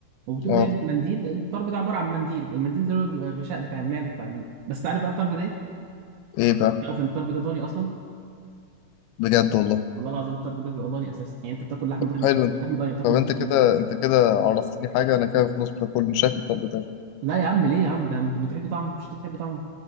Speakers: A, on the right (about 80°); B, on the left (about 85°).
A: وبتقوم
B: اه
A: جايب المنديل الطرب ده عباره عن منديل المنديل ده اللي هو بيبقى الغشاء بتاع المعده بتاع ال... بس تعرف بقى الطرب ده ايه؟
B: ايه بقى
A: تعرف ان الطرب ده ضاني اصلا
B: بجد والله
A: والله العظيم الطرب ده بيبقى ضاني اساسا يعني انت بتاكل لحم ضاني
B: حلو انت
A: مش لحم ضاني بتاكل
B: طب انت
A: ضاني
B: كده
A: بتاكل-
B: انت كده عرفتني حاجه انا كده خلاص مش هاكل مش هاكل الطرب تاني
A: لا يا عم ليه يا عم ده انت بتحب طعمه مش انت بتحب طعمه